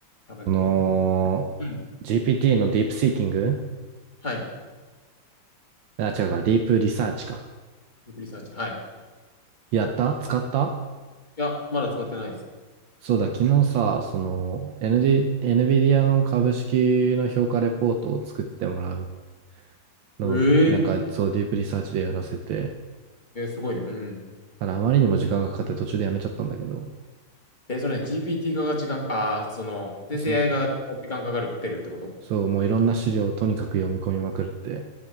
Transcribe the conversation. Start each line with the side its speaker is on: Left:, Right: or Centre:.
Left: 多分ね。
Right: その、
Left: うん。
Right: GPT のディープシーキング
Left: はい。デ
Right: あ、違うか、ディープリサーチか。
Left: ィープリサーチ。はい。い
Right: やった使った
Left: や、まだ使ってないです。
Right: そうだ、昨日さ、その、ND、NVIDIA の株式の評価レポートを作ってもらうのを、
Left: え
Right: なんか、そう、ディープリサーチでやらせて、
Left: ええーすごいね。うん。
Right: ただ、あまりにも時間がかかって途中でやめちゃったんだけど、
Left: え、それね、GPT 化が時間か、ああその、生成
Right: そうそう。
Left: AI が時間かかるってるってこと
Right: そう、もういろんな資料をとにかく読み込みまくるって。